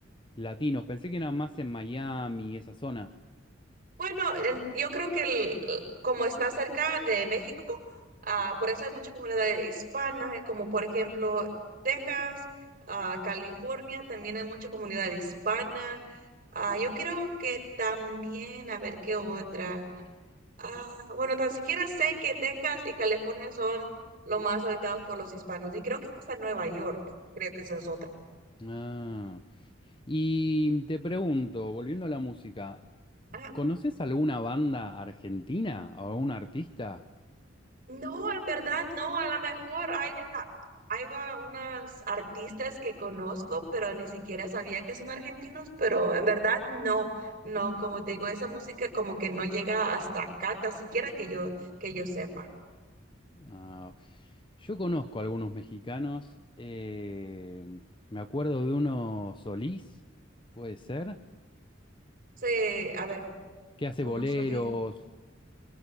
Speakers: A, on the left; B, on the right.
A: latinos. Pensé que era más en Miami, esa zona.
B: Bueno, en- yo creo que el- como está cerca de México, ah, por eso hay mucha comunidad hispana, eh, como por ejemplo Texas, ah, California, también hay mucha comunidad hispana. Ah, yo creo que también, a ver qué otra. Ah, bueno, tan siquiera sé que Texas y California son los más habitados por los hispanos y creo que hasta Nueva York, creo que esa es otra.
A: Ah, y te pregunto, volviendo a la música,
B: Ah,
A: ¿conoces alguna banda argentina o algún artista?
B: no, en verdad no, a lo mejor hay, hay va unas artistas que conozco, pero ni siquiera sabía que son argentinos, pero en verdad no, no, como te digo, esa música como que no llega hasta acá, tan siquiera que yo, que yo sepa.
A: Ah, yo conozco algunos mexicanos. eh, me acuerdo de uno Solís, puede ser,
B: Sí, a ver,
A: que hace
B: uno
A: boleros.
B: solo.